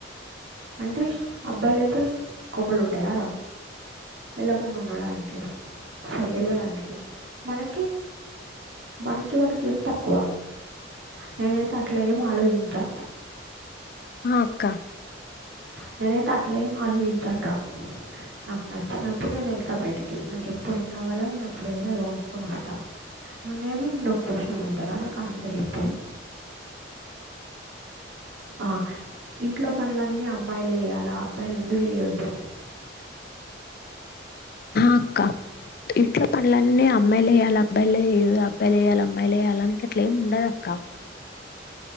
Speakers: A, on the right; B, on the left.
A: అంటే అబ్బాయిలు అయితే కొమ్మలు ఉంటాయా రా వెళ్ళకుండా ఉండడానికి సరే వెళ్ళడానికి మనకి మనకి మనకి ఏం తక్కువ నేనైతే అట్లా ఏం ఆలోచించా
B: ఆ అక్క
A: నేనైతే అట్లేం ఆలోచించాను రా నాకు నచ్చినప్పుడు నేను వెళ్తా బయటికి వెళ్ళి నాకు ఎప్పుడు ఏం కావాలో నేను అప్పుడు వెళ్ళా అది కొనుక్కొని వస్తాను అన్నయేను నిన్న ఒక క్వశ్చన్ అడుగుతారా నాకు ఆన్సర్ ఎప్పుడు ఆ ఇంట్లో పనుడ్లని అమ్మాయిలు వేయాలి అబ్బాయిలు ఎందుకు వేయొద్దు
B: అక్క ఇంట్లో పనులన్నీ అమ్మాయిలు వయాలి అబ్బాయిలే చేయదు అబ్బాయిలు వయాలి అమ్మాయిలు వేయాలనికి అట్లా ఏమి ఉండదుక్క